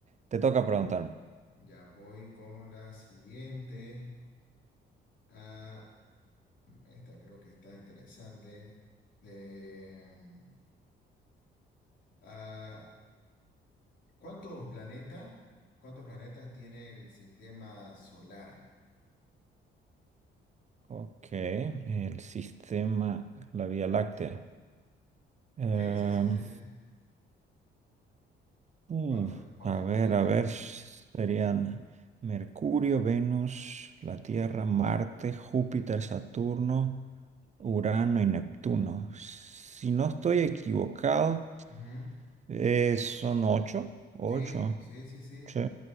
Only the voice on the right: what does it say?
Te toca preguntarme.
Ok, el sistema, la Vía Láctea. Em,
Uf,
a
ver, a ver, serían Mercurio, Venus, la Tierra, Marte, Júpiter, Saturno, Urano y Neptuno. Si no estoy equivocado,
eh, son ocho, ocho,
sí,